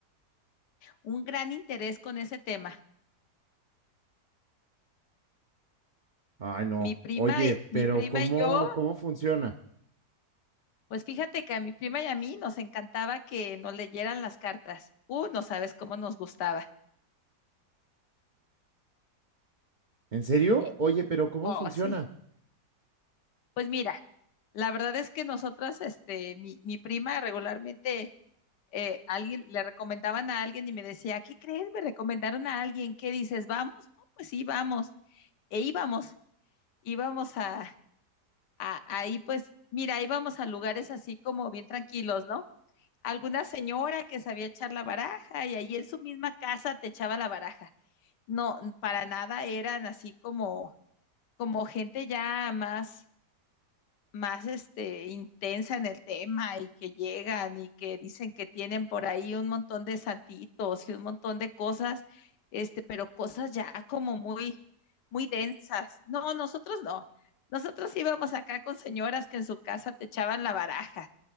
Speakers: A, on the left (about 80°); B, on the right (about 80°).
A: un gran interés con ese tema.
B: Ay, no.
A: Mi prima,
B: Oye,
A: y-
B: pero
A: mi prima
B: ¿cómo,
A: y yo,
B: cómo funciona?
A: pues fíjate que a mi prima y a mí nos encantaba que nos leyeran las cartas. Uh, no sabes cómo nos gustaba.
B: ¿En serio?
A: Y,
B: Oye, pero ¿cómo
A: oh,
B: funciona?
A: sí. Pues mira, la verdad es que nosotras, este, mi, mi prima regularmente eh, alguien le recomendaban a alguien y me decía, ¿qué crees? Me recomendaron a alguien, ¿qué dices? ¿Vamos? No, pues sí, vamos. E íbamos, íbamos a, a ahí pues, mira, íbamos a lugares así como bien tranquilos, ¿no? Alguna señora que sabía echar la baraja y allí en su misma casa te echaba la baraja. No, para nada eran así como, como gente ya más más este, intensa en el tema y que llegan y que dicen que tienen por ahí un montón de santitos y un montón de cosas, este, pero cosas ya como muy, muy densas. No, nosotros no. Nosotros íbamos acá con señoras que en su casa te echaban la baraja